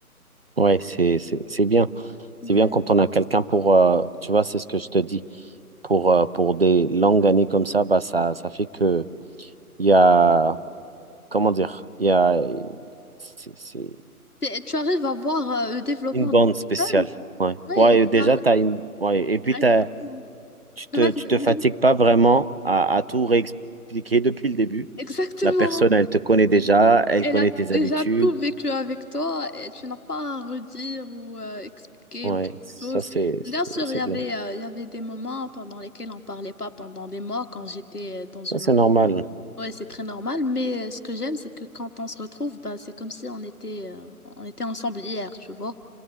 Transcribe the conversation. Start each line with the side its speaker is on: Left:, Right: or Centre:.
Right: Ouais, c'est, c'est, c'est bien.
Left: Ouais,
Right: C'est bien quand on a quelqu'un pour, euh, tu vois, c'est ce que je te dis, pour, euh, pour des longues années comme ça, bah, ça, ça fait que il y a, comment dire, il y a, c'est- c'est-
Left: T'es- Tu arrives à voir euh, le développement
Right: Une bande
Left: de la
Right: spéciale.
Left: personne.
Right: Ouais.
Left: Oui,
Right: Ouais, déjà,
Left: tu ar-
Right: t'as une... ouais. Et puis,
Left: exactement.
Right: t'as... Tu te,
Left: Vas-y,
Right: tu te
Left: euh,
Right: fatigues pas vraiment à, à tout réexpliquer depuis le début.
Left: <laughs> Exactement.
Right: La personne, elle te connaît déjà, elle
Left: Elle
Right: connaît
Left: a
Right: tes
Left: déjà
Right: habitudes.
Left: tout vécu avec toi et tu n'as pas à redire ou euh, expliquer
Right: Ouais,
Left: ou quelque
Right: ça,
Left: chose.
Right: c'est,
Left: Bien
Right: c'est
Left: sûr,
Right: c'est
Left: il y avait,
Right: bien.
Left: euh, il y avait des moments pendant lesquels on parlait pas pendant des mois quand j'étais euh, dans une
Right: Ça, c'est
Left: autre
Right: normal.
Left: ville. Ouais, c'est très normal, mais euh, ce que j'aime, c'est que quand on se retrouve, bah, c'est comme si on était, euh, on était ensemble hier, tu vois.